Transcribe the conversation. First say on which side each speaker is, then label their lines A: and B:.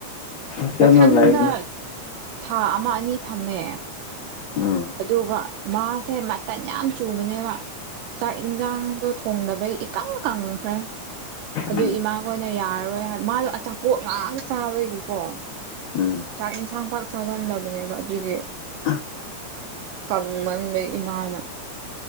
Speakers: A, on the left; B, on the right.
A: ꯍꯣꯁꯇꯦꯜꯅ
B: ꯃꯊꯟꯗ
A: ꯂꯩꯕꯅ
B: ꯊꯥ ꯑꯃ ꯑꯅꯤ ꯊꯝꯃꯦ
A: ꯎꯝ
B: ꯑꯗꯨꯒ ꯃꯥꯁꯦ ꯃꯇꯟ ꯌꯥꯝ ꯆꯨꯕꯅꯦꯕ ꯆꯥꯛ ꯌꯦꯟꯁꯥꯡꯗꯣ ꯊꯣꯡꯗꯥꯕꯩ ꯏꯀꯪ ꯀꯪꯈ꯭ꯔꯦ ꯑꯗꯨꯏ
A: ꯎꯝ
B: ꯏꯃꯥ ꯑꯩꯈꯣꯏꯅ ꯌꯥꯔꯔꯣꯏ ꯍꯥꯏ ꯃꯥꯗꫭ ꯑꯆꯥꯄꯣꯠ ꯉꯥꯛ ꯆꯥꯕꯒꯤꯀꯣ
A: ꯎꯝ
B: ꯆꯥꯛ ꯌꯦꯟꯁꯥꯡ ꯄꯥꯛ ꯆꯥꯒꯟꯗꯕꯅꯦꯕ ꯑꯗꯨꯒꯤ
A: ꯑꯥ
B: ꯀꯪꯃꯟꯕꯩ ꯏꯃꯥꯅ